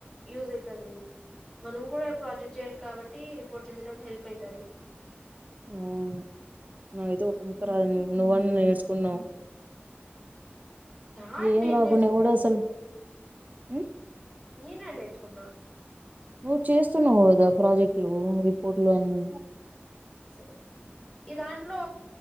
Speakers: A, on the left; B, on the right.
A: యూజ్ అయితది మనం కూడా ప్రాజెక్ట్ చేయాలి కాబట్టి రిపోర్ట్ చేసేటప్పుడు హెల్ప్ అయితది
B: అవును నా కైతే ఒక ముక్క రాదు అన్న నువ్వు అన్న నేర్చుకున్నావు
A: యాడ
B: ఏం
A: నేను
B: రాకుండా
A: నేర్చుకునేది
B: ఎవడు అసలు ఉమ్
A: నీనా నేర్చుకున్నా
B: నువ్వు చేస్తున్నావు కదా ప్రాజెక్టులు రిపోర్ట్లు అన్ని
A: సరే ఈ దాంట్లో